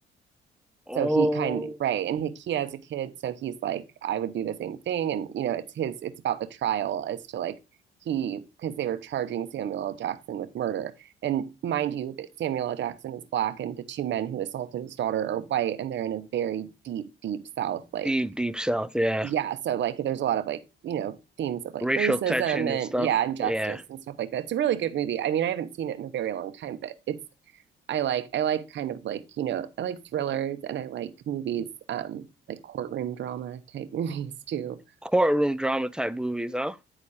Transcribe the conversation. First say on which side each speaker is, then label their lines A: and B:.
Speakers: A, in the centre; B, on the right.
A: oh,
B: so he kind of, right and he, he has a kid so he's like i would do the same thing and you know it's his it's about the trial as to like he because they were charging samuel l jackson with murder and mind you that samuel l jackson is black and the two men who assaulted his daughter are white and they're in a very deep deep south like
A: deep, deep south. Yeah,
B: yeah so like there's a lot of like you know themes of like
A: racial
B: racism
A: tension
B: and
A: and stuff.
B: yeah injustice
A: Yeah,
B: and stuff like that it's a really good movie i mean i haven't seen it in a very long time but it's I like I like kind of like, you know, I like thrillers and I like movies, um, like courtroom drama type <laughs> movies too.
A: courtroom drama type movies. Huh?